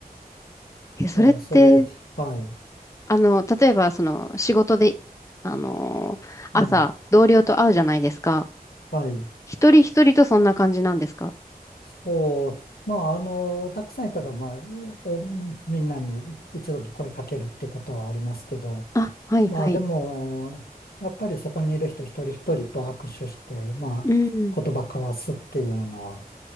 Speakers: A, on the left (about 20°); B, on the left (about 75°).
A: え、それって、
B: えーそれ、はい。
A: あの、例えばその仕事で、あの、朝同僚と会うじゃないですか。
B: うん。はい。
A: 一人一人とそんな感じなんですか
B: そう。まあ、あの、たくさんいたら、まあ、お、みんなに一度に声かけるってことはありますけど、
A: あ、はいはい。
B: まあでも、やっぱりそこにいる人一人一人と握手して、まあ言葉交わすっていうのは
A: うん。